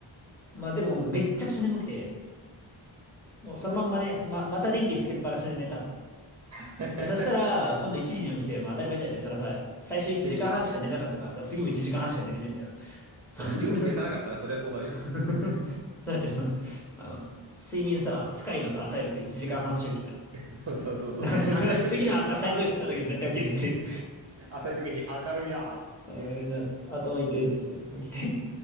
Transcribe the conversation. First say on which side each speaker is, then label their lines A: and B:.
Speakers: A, in the centre; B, on the right.
A: まあでも、めっちゃくちゃ眠くて、もうそのまんまね、ま、また電気つけっぱなしで寝たの。
B: <laughs>
A: で、そしたら、今度1時に起きて、まあ当たり前だよね。そらさ、最初1時間半しか寝れなかったからさ、
B: 電気、
A: 次も1時間半しか寝れねえんだよな。<laughs>
B: うん電気消さなかったらそりゃそうなるよ。
A: <laughs> だってその、あの、睡眠さ、深いのと浅いのと1時間半周期じゃん。
B: <laughs> そうそうそうそう。
A: だから
B: 浅い時に、
A: <laughs> 次の浅いの時来た時絶対起きるっていう。
B: あ、浅い時に明るいなーっつって。
A: あ俺な、頭痛いっつって起きて。